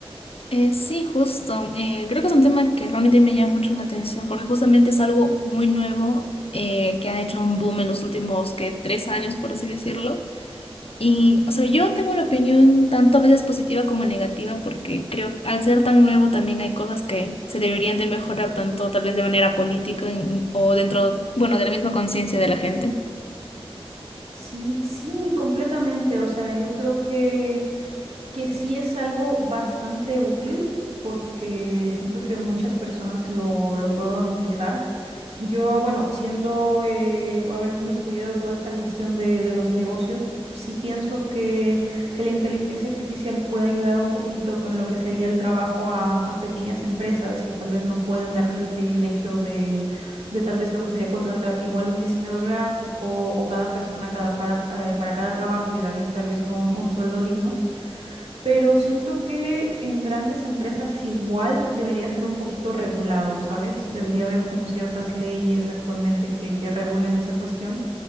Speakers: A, on the left; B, on the right.
A: Eh, sí, justo. Eh, creo que es un tema que realmente me llama mucho la atención porque justamente es algo muy nuevo eh, que ha hecho un boom en los últimos que tres años, por así decirlo. Y, o sea, yo tengo una opinión tanto a veces positiva como negativa porque creo que al ser tan nuevo también hay cosas que se deberían de mejorar tanto tal vez de manera política en- o dentro, bueno, de la misma conciencia de la gente.
B: Sí, sí, completamente. O sea, yo creo que, que sí es algo bastante útil porque siento que muchas personas lo, lo pueden utilizar Yo, bueno, siendo, eh, habiendo estudiado toda esta cuestión de, de los negocios, sí pienso que, que la inteligencia artificial puede ayudar un poquito con lo que sería el trabajo a, a pequeñas empresas que tal vez no pueden darse el privilegio de, de tal vez lo que sería contratar igual un diseñador gráfico o cada persona cada para, eh, para cada trabajo y darles tal vez un, un sueldo digno pero siento que en grandes empresas igual debería ser un poquito regulado, ¿sabes? Debería haber como ciertas leyes actualmente que, que regulen esa cuestión